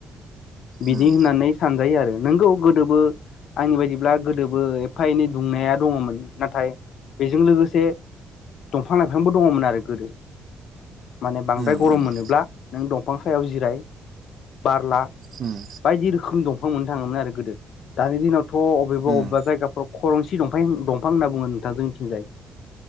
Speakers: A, on the left (about 70°); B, on the right (about 60°).
A: बिदि
B: उम
A: होननानै सानजायो आरो नंगौ गोदोबो आंनि बायदिब्ला गोदोबो एफा एनै दुंनाया दङमोन नाथाय बेजों लोगोसे दंफां लाइफांबो दङमोन आरो गोदो माने बांद्राय
B: उम
A: गरम
B: उम
A: मोनोब्ला नों दंफां सायाव जिराय बारला
B: उम
A: बायदि रोखोम दंफां मोननो थाङोमोन आरो गोदो दानि दिनावथ' अबेबा
B: उम
A: अबेबा जायगाफ्राव खरंसि दंफाय दंफां होनना बुङो नोंथां जोंनिथिंजाय